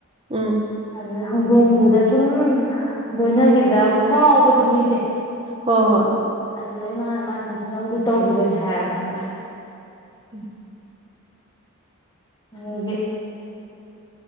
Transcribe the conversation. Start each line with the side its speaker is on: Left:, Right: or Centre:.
Right: ꯎꯝ
Left: ꯑꯗꯨꯗ ꯍꯧꯗꯣꯡꯗꯨꯗ ꯁꯨꯝ ꯂꯣꯏꯅꯈꯤꯕꯗ ꯈꯥꯎꯕꯗꯣ ꯃꯤꯁꯦ
Right: ꯍꯣꯏ ꯍꯣꯏ
Left: ꯑꯗꯨꯗꯩ ꯃꯥ ꯃꯥ ꯪꯗꯨ ꯇꯧꯈꯤꯕꯅꯦ ꯍꯥꯏꯔꯒ ꯈꯪꯕ
Right: ꯎꯝ
Left: ꯅꯦ